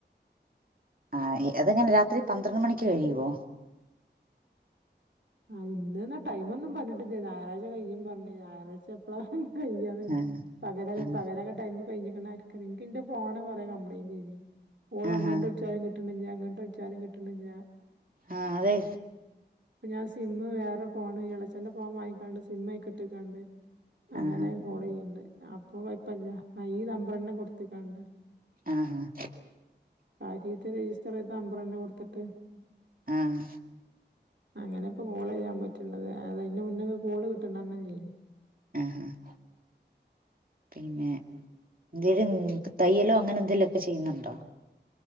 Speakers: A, on the right; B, on the right.
A: ആഹ് അതെങ്ങനെ രാത്രി പന്ത്രണ്ട് മണിക്ക് കഴിയുവോ
B: ആ ഇന്നന്ന ടൈമൊന്നും പർഞ്ഞിട്ടില്ല ഞായറാഴ്ച കയ്യും പർഞ്ഞ് ഞായറാഴ്ച്ചെ പ്പളാ കയ്യാന്ന്
A: ആഹ്
B: പകലൊക്കെ
A: ആഹ്
B: പകലൊക്കെ ടൈമ് കഴിഞ്ഞ്ക്ക്ണാ ൻക്കറിൻക്കിന്റെ ഫോണ് കൊറേ കംപ്ലയ്ൻ്റേന് കോളങ്ങണ്ട്
A: ആഹാ
B: വിൾച്ചാലും കിട്ട്ണില്ല അങ്ങണ്ട്ൾച്ചാലും കിട്ട്ണില്ല
A: ആഹ് അതെ
B: പ്പൊ ഞാൻ സിമ്മ് വേറെ ഫോണ് എളച്ചന്റെ ഫോൺ വാങ്ങിക്കാണ്ട് സിമ്മയ്ക്ക്ട്ട്ക്കാണ്ട് അങ്ങനെ
A: ആഹാ
B: കോളെയ്യ്ണ്ട് അപ്പൊ കൊയ്പ്പല്ല്യ അ ഈ നമ്പറെന്നെ കൊട്ത്ത്ക്കാണ്ട്
A: ആഹ് ഹാ
B: കാര്യേത്തെ രജിസ്റ്ററെയ്ത നമ്പറെന്നെ കൊട്ത്ത്ട്ട്
A: ആഹ്
B: അങ്ങനേപ്പൊ കോളെയ്യാൻ പറ്റ്ണത് ആ അയ്ൻ്റെ മുന്നൊക്കെ കോള് കിട്ട്ണന്നല്ലേയ്ന്
A: ആഹ് ഹാ പിന്നെ എന്തേലും തയ്യലോ അങ്ങനെന്തേലൊക്കെ ചെയ്യ്ന്ന്ണ്ടോ